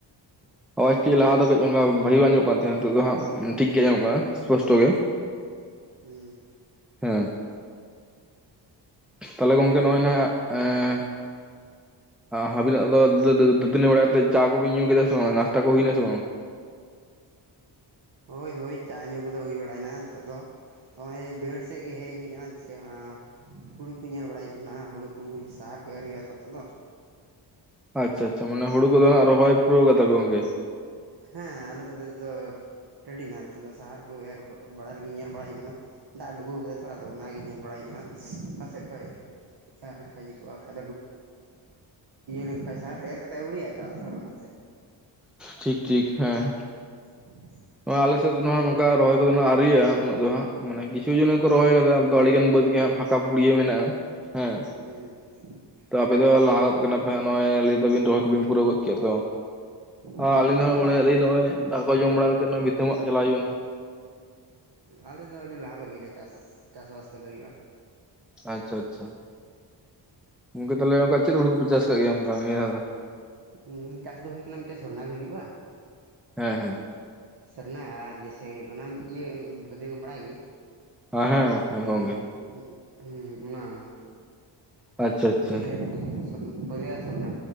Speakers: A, in the centre; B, on the right.
A: ᱟᱣᱟᱡ ᱴᱤ ᱞᱟᱦᱟ ᱫᱚ ᱠᱟᱹᱡ ᱚᱱᱠᱟ ᱵᱷᱟᱜᱤ ᱵᱟᱝ ᱧᱟᱢᱚᱜ ᱠᱟᱱ ᱛᱟᱦᱮᱸᱫ ᱱᱤᱛᱚᱜ ᱫᱚ ᱦᱟᱸᱜ ᱴᱷᱤᱠ ᱜᱮ ᱧᱟᱢᱚᱜ ᱠᱟᱱᱟ ᱥᱯᱚᱥᱴᱚ ᱜᱮ᱾
B: ᱦᱩᱸ
A: ᱦᱮᱸ ᱛᱟᱦᱞᱮ ᱜᱚᱝᱠᱮ ᱱᱚᱭ ᱦᱟᱜ ᱮᱸᱻ ᱦᱟᱵᱤᱱᱟᱜ ᱫᱚ ᱫᱟᱹ ᱫᱟᱹᱛᱱᱤ ᱵᱟᱲᱟ ᱠᱟᱛᱮ ᱪᱟ ᱠᱚᱵᱤᱱ ᱧᱩ ᱠᱮᱫᱟ ᱥᱮ ᱵᱟᱝ ᱱᱟᱥᱛᱟ ᱠᱚ ᱦᱩᱭᱱᱟ ᱥᱮ ᱵᱟᱝ?
B: ᱦᱳᱭ ᱦᱳᱭ ᱪᱟ ᱧᱩ ᱠᱚᱫᱚ ᱦᱩᱭ ᱵᱟᱲᱟᱭᱱᱟ ᱱᱤᱛᱚᱜ ᱫᱚ᱾ ᱛᱚᱭ ᱵᱟᱹᱭᱦᱟᱹᱲ ᱥᱮᱫ ᱜᱮ ᱦᱮᱡ ᱦᱩᱭ ᱠᱟᱱᱟ <unintelligible> ᱦᱩᱲᱩ ᱠᱚ ᱧᱮᱞ ᱵᱟᱲᱟᱭ ᱦᱩᱭᱩᱜ ᱠᱟᱱᱟ ᱦᱩᱲᱩ ᱠᱚ ᱥᱟᱨ ᱠᱚ ᱮᱨ ᱦᱩᱭᱩᱜᱼᱟ ᱛᱚᱛᱚ ᱫᱚ ᱾
A: ᱟᱪᱪᱷᱟ ᱟᱪᱪᱷᱟ ᱦᱩᱲᱩ ᱠᱚᱫᱚᱱᱟᱜ ᱨᱚᱦᱚᱭ ᱯᱩᱨᱟᱹᱣ ᱠᱟᱫᱟ ᱯᱮ ᱜᱚᱝᱠᱮ?
B: ᱦᱮᱸ ᱟᱞᱮ ᱥᱮᱫ ᱫᱚ ᱡᱷᱚᱛᱚ ᱨᱮᱰᱤᱱᱟ ᱛᱟᱞᱮ ᱥᱟᱦᱟᱨ ᱠᱩ ᱮᱨ ᱵᱟᱲᱟᱭ ᱞᱟᱹᱜᱤᱫ ᱧᱮᱞ ᱵᱟᱲᱟ ᱦᱩᱭᱩᱜ ᱠᱟᱱᱟ ᱾ ᱫᱟᱜ ᱰᱩᱵᱩᱣ ᱠᱟᱫᱟ ᱛᱷᱚᱲᱟ ᱟᱫᱚ ᱚᱱᱟᱜᱤᱭ ᱧᱮᱞ ᱵᱟᱲᱟᱭ ᱦᱩᱭᱩᱜ ᱠᱟᱱᱟ ᱚᱠᱟ ᱥᱮᱜ ᱠᱷᱚᱡ ᱮᱨ ᱤᱭᱟᱹ ᱞᱮᱱᱠᱷᱟᱱᱡ ᱥᱟᱨ ᱮᱨ ᱠᱟᱛᱮ ᱟᱹᱣᱲᱤᱡᱼᱟ ᱪᱟᱞᱟᱜ ᱥᱟᱨ ᱚᱱᱟᱛᱮ᱾
A: ᱴᱷᱤᱠ ᱴᱷᱤᱠ ᱦᱮᱸ᱾
B: <inaudible>
A: ᱟᱞᱮ ᱥᱮᱫ ᱫᱚ ᱱᱟᱣᱟ ᱱᱚᱝᱠᱟ ᱨᱚᱦᱚᱭ ᱠᱚᱫᱚ ᱱᱟᱜ ᱟᱹᱣᱨᱤᱡᱟᱜᱼᱟ ᱩᱱᱟᱹᱜ ᱫᱚ ᱦᱟᱸᱜ᱾ ᱢᱟᱱᱮ ᱠᱤᱪᱷᱩ ᱡᱚᱱᱚ ᱠᱚ ᱨᱚᱦᱚᱭ ᱠᱟᱫᱟ ᱟᱹᱰᱤ ᱜᱟᱱ ᱵᱟᱹᱫᱽ ᱜᱮ ᱦᱟᱜ ᱯᱷᱟᱸᱠᱟ ᱯᱩᱲᱭᱟᱹ ᱢᱮᱱᱟᱜᱼᱟ ᱦᱮᱸ᱾
B: ᱦᱩᱸ᱾
A: ᱛᱚ ᱟᱯᱮ ᱫᱚ ᱞᱟᱦᱟᱜ ᱠᱟᱱᱟ ᱯᱮ ᱦᱟᱸᱜ ᱱᱚᱭ ᱞᱟᱹᱭ ᱫᱟᱵᱤᱱ ᱨᱚᱦᱚᱭ ᱠᱚᱵᱤᱱ ᱯᱩᱨᱟᱹᱣ ᱜᱚᱫ ᱠᱮᱫ ᱫᱚ᱾
B: ᱦᱩᱸ
A: ᱟᱹᱞᱤᱧ ᱦᱚᱸᱟᱜ
B: ᱞᱟᱦᱟ
A: ᱢᱚᱱᱮ ᱟᱹᱞᱤᱧ ᱱᱚᱜ ᱚᱚᱭ ᱫᱟᱠᱟ ᱡᱚᱢᱵᱟᱲᱟ ᱠᱟᱛᱮᱜ ᱵᱷᱤᱛᱟᱹᱢᱟᱜ ᱪᱟᱞᱟᱜ ᱦᱩᱭᱩᱜᱼᱟ ᱱᱟᱦᱟᱜ᱾
B: ᱟᱞᱮᱫᱚ ᱟᱹᱰᱤ ᱞᱟᱦᱟ ᱠᱷᱚᱡ ᱜᱮᱞᱮ ᱪᱟᱥ ᱪᱟᱥᱵᱟᱥ ᱠᱚᱫᱚ ᱦᱩᱭᱩᱜᱼᱟ᱾
A: ᱟᱪᱪᱷᱟ ᱟᱪᱪᱷᱟ ᱜᱚᱝᱠᱮ ᱛᱟᱦᱚᱞᱮ ᱚᱱᱠᱟ ᱪᱮᱫ ᱦᱩ ᱠᱚᱯᱮ ᱪᱟᱥ ᱟᱠᱟᱫ ᱜᱮᱭᱟ ᱚᱱᱠᱟ ᱱᱤᱭᱟᱹ ᱫᱷᱟᱣ ᱫᱚ᱾
B: ᱦᱩᱸ ᱪᱟᱥ ᱫᱚ ᱦᱩᱭᱳ ᱠᱟᱱᱟ ᱢᱤᱫᱴᱮᱡ ᱥᱚᱨᱱᱟ ᱜᱮ ᱦᱩᱭᱩᱜᱼᱟ᱾
A: ᱦᱮᱸ ᱦᱮᱸ᱾
B: ᱥᱚᱨᱟᱱᱟ ᱟᱨ ᱡᱮᱭᱥᱮ ᱚᱱᱟ ᱤᱭᱟᱹ ᱵᱷᱟᱹᱫᱤᱢ ᱵᱟᱲᱟᱭ ᱜᱮ?
A: ᱦᱮᱸ ᱦᱮᱸ᱾ ᱜᱚᱝᱠᱮ
B: ᱵᱩᱫᱚᱭ ᱦᱮᱸ ᱚᱱᱟ ᱚᱱᱟ
A: ᱟᱪᱪᱷᱟ ᱟᱪᱪᱷᱟ
B: ᱵᱩᱫᱮ ᱥᱚᱨ ᱵᱟᱹᱫᱟᱹᱭ ᱥᱚᱨᱱᱟ